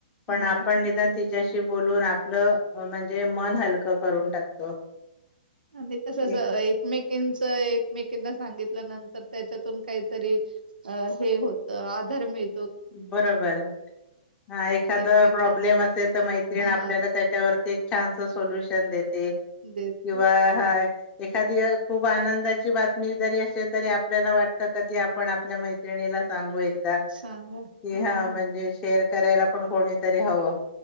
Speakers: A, on the left; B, on the right.
A: पण
B: नाही
A: आपण
B: सांगणार
A: निदान तिच्याशी बोलून आपलं म्हणजे मन हलकं करून टाकतो.
B: आणि तसंच
A: एक
B: अ एकमेकीचं एकमेकींना सांगितल्यानंतर त्याच्यातून काहीतरी अ हे होतं आधार मिळ
A: बरोबर हां एखादं
B: एकमेक
A: प्रॉब्लेम असेल तर मैत्रिण
B: हां.
A: आपल्याला त्याच्यावरती <unintelligible> सोल्युशन देते किंवा
B: देतो.
A: हा एखादी खूप आनंदाची बातमी जरी असे तरी आपल्याला वाटत कधी आपण आपल्या मैत्रिणीला सांगू एक दा
B: सांगा.
A: कि
B: हां,
A: हा
B: हां.
A: म्हणजे शेर करायला पण कोणीतरी हवं